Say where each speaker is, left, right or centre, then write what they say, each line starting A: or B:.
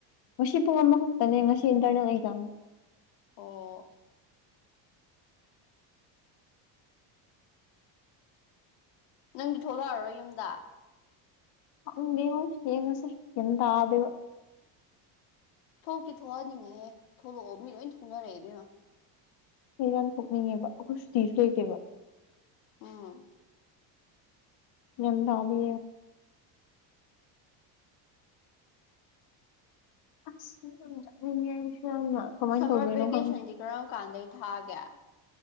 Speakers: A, on the left (about 50°); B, on the left (about 85°).
A: ꯉꯁꯤ ꯄꯨꯡ ꯑꯃꯈꯛꯇꯅꯦ ꯉꯁꯤ ꯏꯟꯇꯔꯅꯦꯜ ꯑꯦꯛꯖꯥꯝ
B: ꯑꯣ ꯅꯪꯗꯤ ꯊꯣꯛꯂꯛꯑꯔꯣꯏ ꯌꯨꯝꯗ
A: ꯈ‌ꯪꯗ‌ꯦꯗ ꯌ‌ꯦꯡꯉꯁꯤ ꯌꯦꯟ ꯇꯥꯗ‌ꯦꯕ
B: ꯊꯣꯛꯇꯤ ꯊꯣꯛꯍꯟꯅꯤꯡꯉꯦ ꯊꯣꯛꯂꯛꯑꯣ ꯃꯤ ꯂꯣꯏ ꯊꯣꯡꯅꯔꯛꯑꯦ ꯢꯕꯦꯝꯃꯥ
A: ꯑꯩ ꯌꯥꯝ ꯊꯣꯛꯅꯤꯡꯉꯦꯕ ꯑꯩꯈꯣꯏ ꯁꯨꯇꯤꯁꯨ ꯂꯩꯇꯦꯕ
B: ꯎꯝ
A: ꯒꯌꯥꯟ ꯇꯥꯗꯦ ꯑꯁ ꯌꯨꯝ ꯌꯥꯝ ꯆꯠꯅꯤꯡꯉ‌ꯦ ꯑꯩꯁꯨ ꯌꯥꯝꯅ ꯀꯃꯥꯏꯅ
B: ꯁꯝꯃꯔ
A: ꯇꯧꯗꯣꯏꯅꯣ
B: ꯚꯦꯀꯦꯁꯟꯗꯤ
A: ꯈꯪꯗꯦ
B: ꯀꯔꯝ ꯀꯥꯟꯗꯩ ꯊꯥꯒꯦ